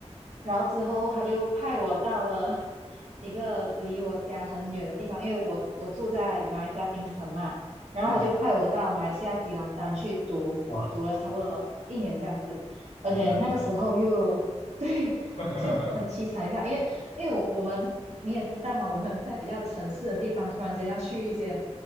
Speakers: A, on the right; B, on the left.
A: 然后之后他就派我到了一个离我家很远的地方，因为我我住在马来西亚槟城嘛，然后他就派我到马来西亚吉兰丹去读，
B: 嗯哇，
A: 读了差不多一年这样子，而且那个时候又
B: 你难堪，
A: <laughs> 对就很凄惨一下，
B: <laughs>
A: 因为因为我我们你也知道嘛，我们在比较城市的地方，突然间要去一些